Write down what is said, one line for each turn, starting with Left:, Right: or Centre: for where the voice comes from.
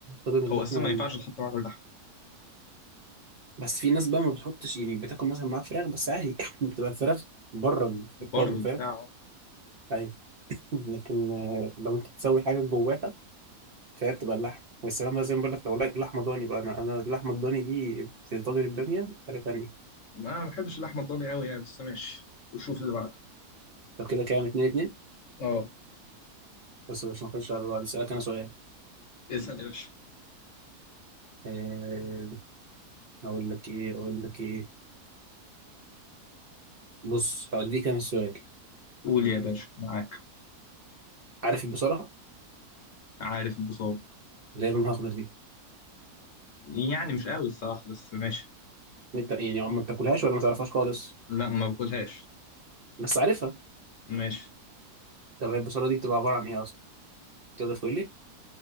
Right: طبعا اللحمه
Left: هو أساسا ما ينفعش تحط معاه اللحمة
Right: بس في ناس بقى ما بتحطش يعني بتاكل مثلا معاها فراخ بس عادي <laughs> بتبقى الفراخ بره الطاجن
Left: بره البتاع
Right: فاهم
Left: أه.
Right: ايوه <laughs> لكن آه، لو انت هتسوي حاجه جواها فهي بتبقى اللحم والسلام بقى زي ما بقول لك لو لقيت لحمه ضاني بقى انا انا اللحمه الضاني دي في طاجن الباميه حاجه تانيه
Left: أنا ما بحبش اللحمة الضاني أوي يعني بس ماشي وشوف اللي بعده
Right: لو كده كام اتنين اتنين
Left: اه
Right: بس مش هنخش على بعض اسالك انا سؤال
Left: اسأل يا باشا
Right: أه... اقول لك ايه اقول لك ايه بص هوديك انا السؤال
Left: قول يا باشا معاك
Right: عارف البصله
Left: عارف البصارة
Right: اللي هي لونها اخضر دي
Left: يعني مش قوي الصراحة بس ماشي
Right: انت يعني ما بتاكلهاش ولا ما تعرفهاش خالص
Left: لا ما باكلهاش
Right: بس عارفها
Left: ماشي
Right: طب هي البصله دي بتبقى عباره عن ايه اصلا تقدر تقول لي